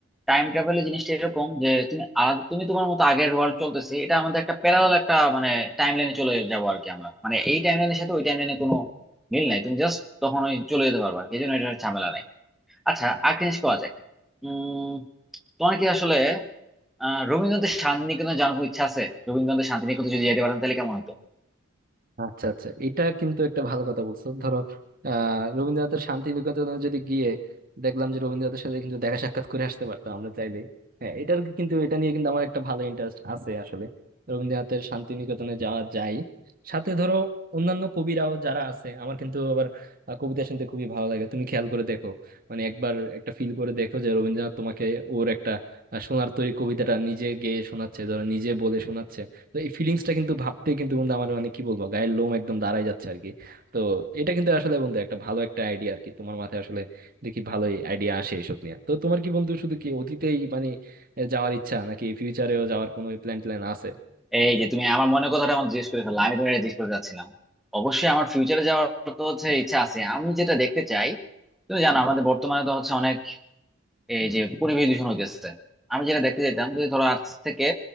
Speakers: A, in the centre; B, on the right.
A: টাইম ট্রাভেলের জিনিসটা এরকম যে তুমি আলাদা তুমি তোমার মতো আগের ওয়ার্ল্ড চলতেছে এটা আমাদের একটা প্যারালাল একটা মানে টাইম লাইনে চলে যাবো আর কি আমরা মানে এই টাইম লাইনের সাথে ওই টাইম লাইনে কোনো মিল নাই তুমি জাস্ট তখন ওই চলে যেতে পারবে আর কি এই জন্য এটা ঝামেলা নাই আচ্ছা আর কি জিনিস করা যায় উম তোমার কি আসলে আহ রবীন্দ্রনাথের শান্তিনিকেতনে জানার কোনো ইচ্ছা আছে রবীন্দ্রনাথের শান্তিনিকেতনে যদি যেতে পারেন তাহলে কেমন হতো
B: আচ্ছা আচ্ছা এটা কিন্তু একটা ভালো কথা বলছো ধরো আহ রবীন্দ্রনাথের শান্তি নিকেতনে যদি গিয়ে দেখলাম যে রবীন্দ্রনাথের সাথে কিন্তু দেখা সাক্ষাৎ করে আসতে পারতাম আমরা চাইলেই হ্যাঁ এটার কিন্তু এটা নিয়ে কিন্তু আমার একটা ভালো ইন্টারেস্ট আছে আসলে রবীন্দ্রনাথের শান্তি নিকেতনে যাওয়া যায় সাথে ধরো অন্যান্য কবিরাও যারা আছে আমার কিন্তু আবার আহ, কবিতা শুনতে খুবই ভালো লাগে তুমি খেয়াল করে দেখো মানে একবার একটা ফিল করে দেখো যে রবীন্দ্রনাথ তোমাকে ওর একটা আহ, সোনার তরী কবিতাটা নিজে গেয়ে শোনাচ্ছে ধরো নিজে বলে শোনাচ্ছে তো এই ফিলিংসটা কিন্তু ভাবতে কিন্তু বন্ধু আমার মানে কি বলবো গায়ের লোম একদম দাঁড়ায় যাচ্ছে আর কি তো এটা কিন্তু আসলে বন্ধু একটা ভালো একটা আইডিয়া আর কি তোমার মাথায় আসলে দেখি ভালোই আইডিয়া আসে এসব নিয়ে তো তোমার কি বন্ধু শুধু কি অতীতেই মানে এ, যাওয়ার ইচ্ছা নাকি ফিউচারেও যাওয়ার কোনো প্ল্যান ট্যান আছে
A: এই যে তুমি আমার মনের কথাটা আমার জিজ্ঞেস করে ফেললা আমি তোমার জিজ্ঞেস করতে চাচ্ছিলাম অবশ্যই আমার ফিউচারে যাওয়ার তো হচ্ছে ইচ্ছা আছে আমি যেটা দেখতে চাই তুমি জানো আমাদের বর্তমানে তো হচ্ছে অনেক এই যে পরিবেশ দূষণ হইতেছে আমি যেটা দেখতে যেতাম যে ধরো আজ থেকে